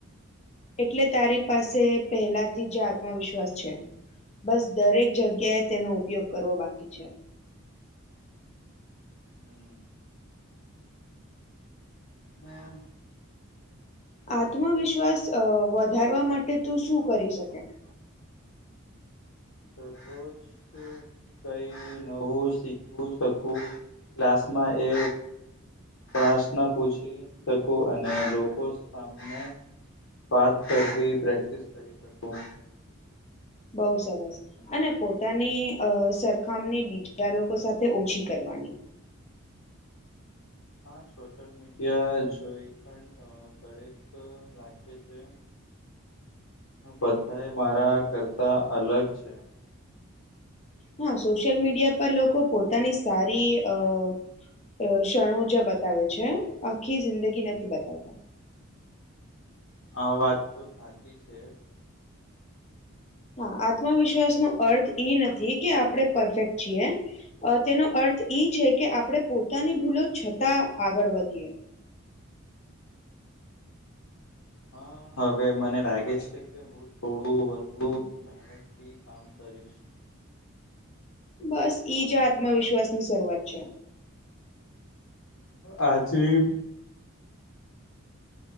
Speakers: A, on the left; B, on the left.
A: એટલે, તારી પાસે પહેલાથી જ આત્મવિશ્વાસ છે. બસ દરેક જગ્યાએ તેનો ઉપયોગ કરવો બાકી છે.
B: હમ. હા.
A: આત્મવિશ્વાસ વધારવા માટે તું શું કરી શકે? <inaudible>
B: દરરોજ કઈ નવું શીખવું શકું ક્લાસમાં એ પ્રશ્ન પૂછી શકું? અને લોકો સામે વાત કરવી, પ્રેક્ટિસ કરી શકું.
A: બહુ સરસ. અને પોતાની અ સરખામણી બીજા લોકો સાથે ઓછી કરવાની,
B: હા, સોશિયલ મીડિયા જોઈ પણ રે લાગે છે. બધા મારા કરતા અલગ છે.
A: હા, સોશિયલ મીડિયા પર લોકો પોતાની સારી અ ક્ષણો જ્યાં બતાવે છે, આખી જિંદગી નથી બતાવતા.
B: હા, વાત તો સાચી છે.
A: હા, આત્મવિશ્વાસનો અર્થ એ નથી કે આપણે પરફેક્ટ છીએ, તેનો અર્થ એ છે કે આપણે પોતાની ભૂલો છતાં આગળ વધીએ,
B: હા, હવે મને લાગે છે કે હું થોડું વધુ મહેનતથી કામ કરીશ, <inaudible>
A: બસ ઈજ આત્મવિશ્વાસની શરૂઆત છે,
B: આજ ભી